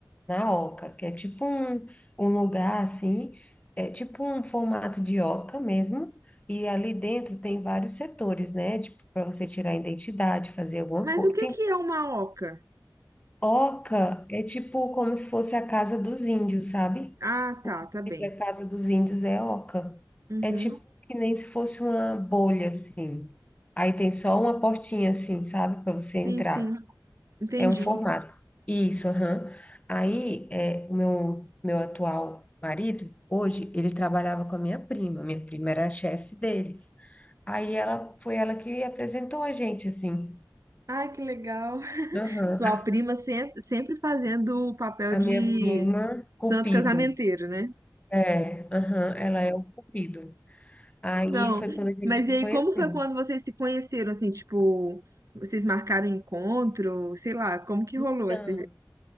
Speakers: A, on the left (about 20°); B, on the right (about 45°).
A: na Oca, que é tipo um, um lugar assim, é tipo um formato de Oca mesmo, e ali dentro tem vários setores, né? Tipo, para você tirar a identidade, fazer alguma
B: Mas
A: coisa.
B: o que que é uma oca?
A: Oca é tipo como se fosse a casa dos índios, sabe?
B: Ah,
A: O
B: tá,
A: nome
B: tá bem.
A: da casa dos índios é Oca.
B: Uhum.
A: É tipo que nem se fosse uma bolha, assim. Aí tem só uma portinha, assim, sabe? Para você
B: Sim,
A: entrar.
B: sim, entendi.
A: É um formato. Isso, aham. Aí, é, o meu, meu atual marido, hoje, ele trabalhava com a minha prima. Minha prima era a chefe dele. Aí ela, foi ela que apresentou a gente, assim.
B: Ai, que legal.
A: Aham.
B: Sua prima sem- sempre fazendo o papel
A: A
B: de
A: minha prima,
B: santo
A: Cupido.
B: casamenteiro, né?
A: É, aham, ela é o cupido. Aí
B: Não,
A: foi quando a gente
B: mas
A: se
B: e aí,
A: conheceu.
B: como foi quando vocês se conheceram, assim, tipo, vocês marcaram encontro, sei lá, como que
A: Então,
B: rolou esse...